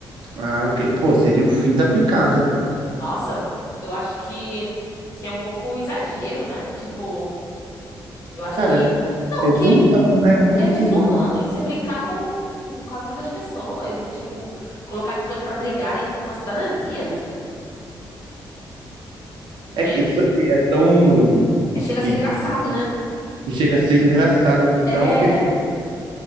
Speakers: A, on the right; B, on the left.
A: Ah, ok. Pô, seria o fim da picada.
B: Nossa, eu acho que, que é um pouco exagero, né? Tipo, eu acho
A: Cara,
B: que. Não,
A: é
B: porque
A: desumano, né? Muito
B: é
A: desumano.
B: desumano você brincar com, com a vida das pessoas e, tipo, colocar as pessoas pra brigarem por uma cidadania.
A: É
B: Gente,
A: que, tipo assim, é tão.
B: é- chega a ser
A: E,
B: engraçado, né?
A: e chega a ser engraçado de
B: É.
A: tão perigoso.